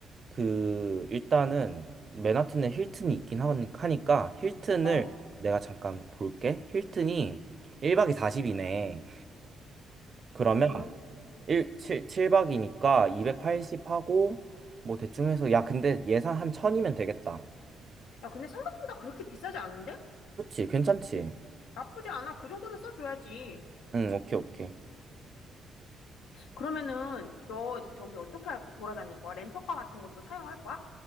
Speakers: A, on the right; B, on the left.
A: 그 일단은 맨하튼에 힐튼이 있긴 하- 하니까 힐튼을
B: 어.
A: 내가 잠깐 볼게. 힐튼이 1박이 40이네. 그러면
B: 어.
A: 일 7, 칠박이니까 280 하고 뭐 대충 해서 야 근데 예산 한 1000이면 되겠다.
B: 야, 근데 생각보다 그렇게 비싸지 않은데?
A: 그치? 괜찮지?
B: 나쁘지 않아. 그 정도는 써줘야지.
A: 응, 오케이, 오케이.
B: 그러면은 너 저기 어떻게 할 거, 돌아다닐 거야? 렌터카 같은 것도 사용할 거야?